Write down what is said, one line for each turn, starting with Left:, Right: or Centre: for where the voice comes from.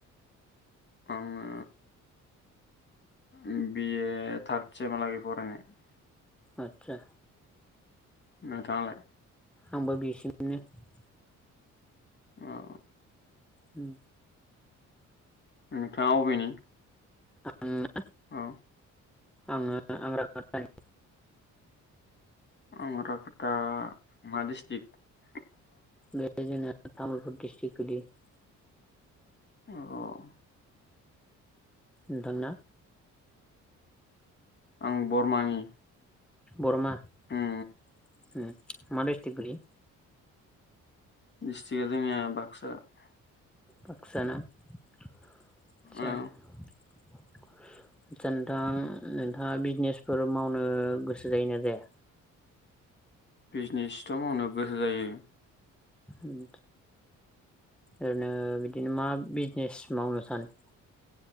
Left: आङो ओम बिए थार्ड सेम हालागै फरायनाय ।
Centre: आतचा
Left: नोंथांआलाय?
Centre: आंबो बिसिमनो ।
Left: ओ
Centre: होम
Left: नोंथाङा अबेनि?
Centre: आङो ।
Left: अ।
Centre: आङो आं <unintelligible>
Left: <unintelligible>
Centre: बे जोंना तामुलपुर डिस्ट्रिक्ट गोलैयो ।
Left: अह'।
Centre: नोंथांना?
Left: आं बरमानि।
Centre: बरमा
Left: उम
Centre: ओम मा डिस्ट्रिक्ट गोलैयो?
Left: दिस्ट्रिक्टआ जोंनिया बाक्सा ।
Centre: बाक्सा ना? <unintelligible> <unintelligible>
Left: औ
Centre: नोंथां नोंथाङा बिजिनेसफोर मावनो गोसो जायोना जाया?
Left: बिजिनेसथ' मावनो गोसो जायो ।
Centre: ओम ओरैनो बिदिनो मा बिजिनेस मावनो सानो?